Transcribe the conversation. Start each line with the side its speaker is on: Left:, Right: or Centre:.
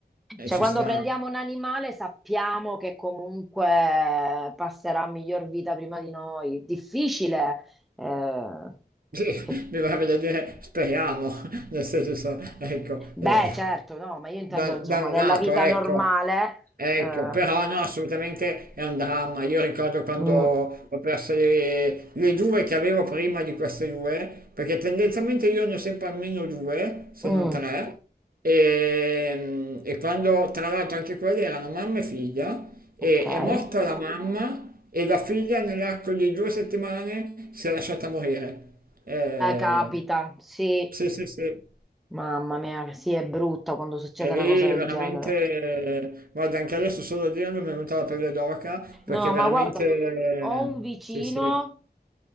Right: eh,
Centre: Cioè,
Right: ci
Centre: quando
Right: sta.
Centre: prendiamo un animale sappiamo che comunque passerà miglior vita prima di noi. Difficile, eh,
Right: Sì, <laughs>
Centre: che-
Right: mi va da dire, speriamo, <laughs> nel senso, ecco,
Centre: Beh,
Right: eh,
Centre: certo, no, ma io intendo,
Right: da-
Centre: insomma,
Right: dal
Centre: nella
Right: lato,
Centre: vita
Right: ecco.
Centre: normale...
Right: Ecco,
Centre: eh,
Right: però no, assolutamente è un dramma. Io ricordo quando
Centre: Mm,
Right: ho perso le, le due che avevo prima di queste due, perché tendenzialmente io ne ho sempre almeno due, se
Centre: mm.
Right: non tre, e, e quando tra l'altro anche quelle erano mamma e figlia, e
Centre: Ok. Eh,
Right: è morta la mamma e la figlia nell'arco di due settimane si è lasciata morire. Eh,
Centre: capita, sì.
Right: sì, sì, sì.
Centre: Mamma mia, sì, è brutta quando succede
Right: E lì
Centre: una cosa del
Right: veramente,
Centre: genere.
Right: guarda, anche adesso solo a dirlo mi è venuta la pelle d'oca perché
Centre: No,
Right: veramente,
Centre: ma guarda, ho un vicino
Right: sì, sì,